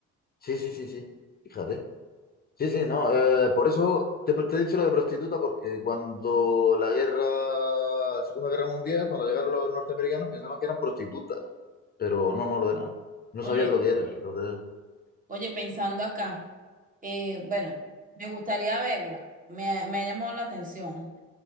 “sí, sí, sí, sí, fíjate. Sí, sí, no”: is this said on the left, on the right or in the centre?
Left